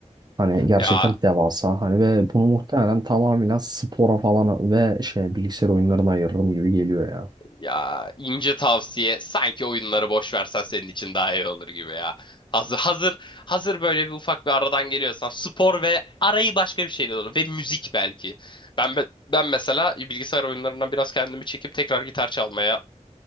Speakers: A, on the right; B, on the left.
A: Hani gerçekten
B: Ya
A: devasa. Hani ve bunu muhtemelen tamamen spora falan ve şey bilgisayar oyunlarına ayırırım gibi geliyor ya.
B: ya ince tavsiye sanki oyunları boş versen senin için daha iyi olur gibi ya. Hazır hazır hazır böyle bir ufak bir aradan geliyorsan spor ve arayı başka bir şeyle olur ve müzik belki. Ben be- ben mesela bilgisayar oyunlarından biraz kendimi çekip tekrar gitar çalmaya,